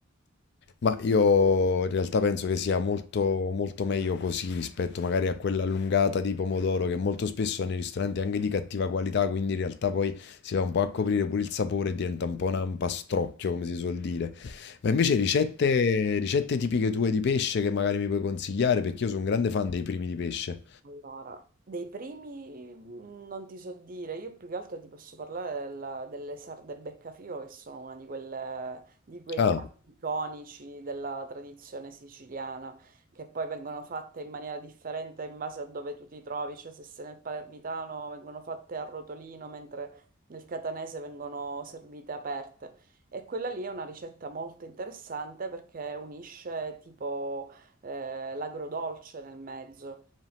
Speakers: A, on the left; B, on the right.
A: Ma io in realtà penso che sia molto, molto meglio così rispetto magari a quella allungata di pomodoro che molto spesso nei ristoranti è anche di cattiva qualità, quindi in realtà poi si va un po' a coprire pure il sapore e diventa un po' un ampastrocchio, come si suol dire. Ma invece ricette, ricette tipiche tue di pesce che magari mi puoi consigliare, perché io sono un grande fan dei primi di pesce.
B: Allora, dei primi mh, non ti so dire, io più che altro ti posso parlare della- delle sarde beccafico che sono una di quelle, di quei
A: Ah.
B: piatti iconici della tradizione siciliana, che poi vengono fatte in maniera differente in base a dove tu ti trovi, cioè se sei nel palermitano vengono fatte a rotolino, mentre nel catanese vengono servite aperte. E quella lì è una ricetta molto interessante perché unisce tipo eh, l'agrodolce nel mezzo.